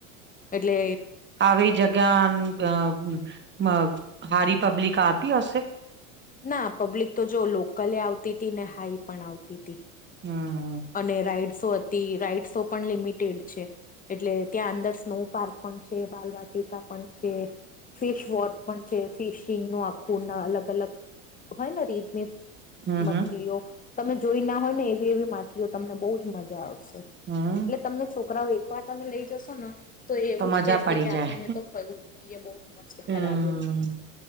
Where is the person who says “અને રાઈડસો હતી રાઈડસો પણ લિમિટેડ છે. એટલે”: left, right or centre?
Left